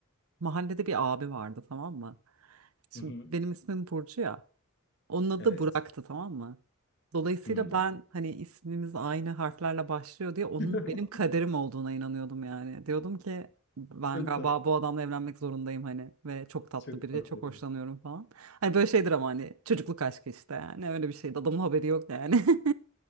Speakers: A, on the right; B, on the left.
A: mahallede bir abi vardı tamam mı? Şimdi
B: Hı hı.
A: benim ismim Burcu ya. Onun adı
B: Evet.
A: da Burak'tı tamam mı? Dolayısıyla
B: Hmm.
A: ben hani ismimiz aynı harflerle başlıyor diye onun
B: <laughs>
A: benim kaderim olduğuna inanıyordum yani. Diyordum ki ben
B: Çok
A: galiba
B: tatlı.
A: bu adamla evlenmek zorundayım hani ve çok tatlı
B: Çok
A: biri,
B: tatlı.
A: çok hoşlanıyorum falan. Hani böyle şeydir ama hani çocukluk aşkı işte yani öyle bir şeydi. Adamın haberi yok yani. <laughs>